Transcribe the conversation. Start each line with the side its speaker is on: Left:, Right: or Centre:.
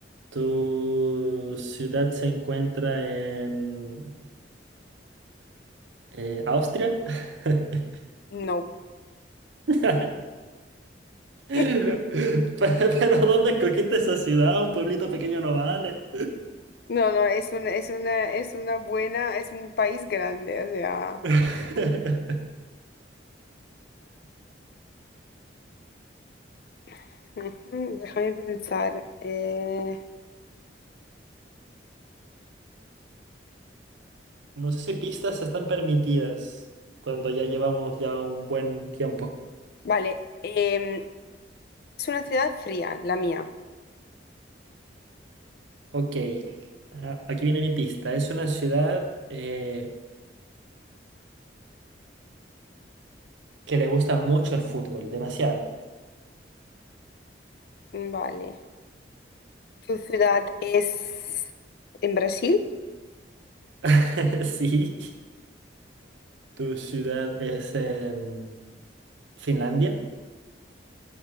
Right: ¿Tu ciudad se encuentra en eh, Austria? <laughs>
Left: No.
Right: <laughs> Pe-
Left: <laughs>
Right: Pero, ¿dónde escogiste esa ciudad? Un pueblito pequeño no vale.
Left: No, no, es una, es una, es una buena, es un país grande, o sea.
Right: <laughs>
Left: <laughs> ujú, déjame pensar. Eh,
Right: No sé si pistas están permitidas cuando ya llevamos ya un buen tiempo.
Left: vale. em, es una ciudad fría, la mía.
Right: Ok, a- aquí viene mi pista. Es una ciudad eh, que le gusta mucho el fútbol, demasiado.
Left: Vale. ¿Tu ciudad es en Brasil?
Right: <laughs> Sí. ¿Tu ciudad es en Finlandia?